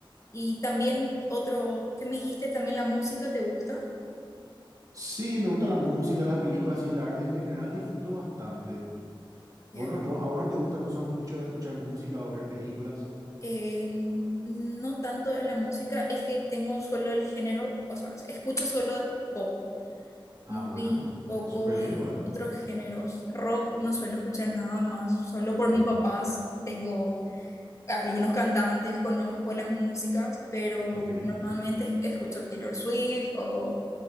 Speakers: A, on the left; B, on the right.
A: Y también otro que me dijiste, también la música, ¿te gusta?
B: Sí, me gusta la música, las películas y el arte en general, disfruto bastante.
A: Ya,
B: ¿Vos, no-
A: ya.
B: vos- a vos no te gusta, no sos mucho de escuchar música o ver películas?
A: Eh, no tanto de la música, es que tengo solo el género, o sea, escucho solo pop,
B: Ah,
A: muy
B: bueno,
A: poco
B: súper bien
A: de
B: igual.
A: otros géneros. Rock no suelo escuchar nada más, solo
B: Ok,
A: por mis papás tengo algunos cantantes, conozco las músicas, pero
B: ok,
A: normalmente escucho Taylor Swift o,